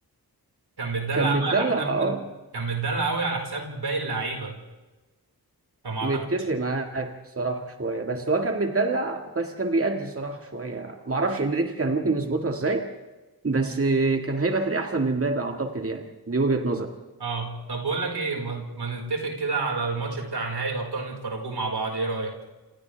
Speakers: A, on the right; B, on the right.
A: كان متدلع
B: كان
A: قوي
B: متدلع
A: على حساب
B: اه
A: كان متدلع قوي على حساب باقي اللعيبه فما اعتقدش
B: متفق معاك الصراحه شويه بس هو كان متدلع بس كان بيأدي الصراحه شويه معرفش انريكي كان ممكن يظبطها ازاي بس كان هيبقى فريق احسن من مبابي اعتقد يعني دي وجهه نظري
A: اه طب بقول لك ايه ما, ما نتفق كده على الماتش بتاع نهائي الابطال نتفرجوه مع بعض ايه رايك